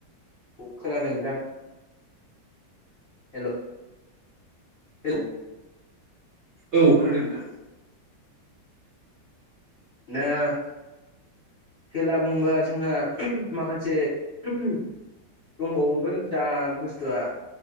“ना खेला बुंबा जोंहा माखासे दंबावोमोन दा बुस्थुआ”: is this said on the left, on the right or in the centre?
Left